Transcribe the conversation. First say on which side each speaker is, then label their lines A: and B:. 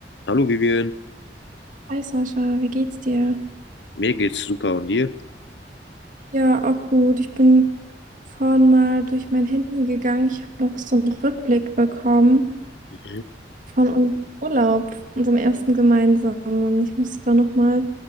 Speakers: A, on the left; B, on the right.
A: Hallo Vivian,
B: Hi Sascha, wie geht's dir?
A: mir geht's super und dir?
B: Ja, auch gut. Ich bin vorhin mal durch mein Handy gegangen. Ich habe noch so einen Rückblick bekommen
A: Mhm.
B: von unserem Urlaub, unserem ersten gemeinsamen. Und ich musste da nochmal